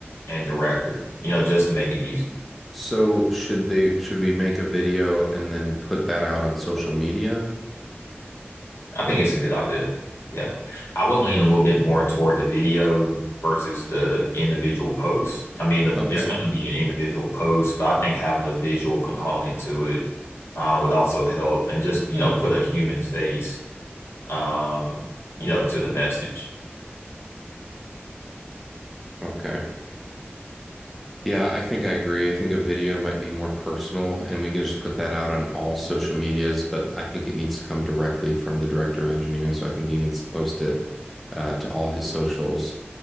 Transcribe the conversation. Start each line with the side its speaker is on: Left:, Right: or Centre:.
Left: and director, you know, just to make it easy.
Centre: So should they should we make a video and then put that out on social media?
Left: I think it's a good idea. Yeah. I would lean a little bit more toward the video versus the individual post. I mean, the,
Centre: Okay.
Left: it's going to be an individual post, but I think having a visual component to it uh, would also help and just, you know, put a human face, um, you know, to the message.
Centre: Okay. Yeah, I think I agree. I think a video might be more personal, and we can just put that out on all social medias, but I think it needs to come directly from the director of engineering. So I think he needs to post it uh, to all his socials.